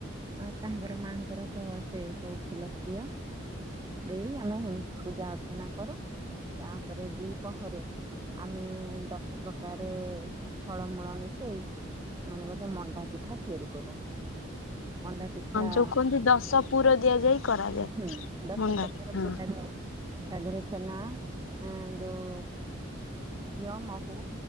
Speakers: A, on the right (about 20°); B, on the left (about 85°).
A: ଅ ତାଙ୍କର ମାଆଙ୍କରତ ସେ ସବୁ ଫୁଲ ପ୍ରିୟ। ଦେଇ ଆମେ ପୂଜା ଅର୍ଚ୍ଚନା କରୁ। ତାପରେ ଦୁଇ ପହରେ ଆମେ ଦଶପ୍ରକାରେ ଫଳମୂଳ ମିଶେଇ ମାନେ ଗୋଟେ ମଣ୍ଡା ପିଠା ତିଆରି କରୁ ମଣ୍ଡା ପିଠା
B: ଯୋଉ
A: ହଁ
B: କୁହନ୍ତି ଦଶ ପୁର ଦିଆଯାଇ କରାଯାଏ
A: ହୁଁ ଦଶ
B: ମଣ୍ଡାରେ
A: ପ୍ରକାର
B: ହଁ
A: ପୁରାଯଏ। ତାଦେହରେ ଛେନା ଯୋଉ ଘିଅ ମହୁ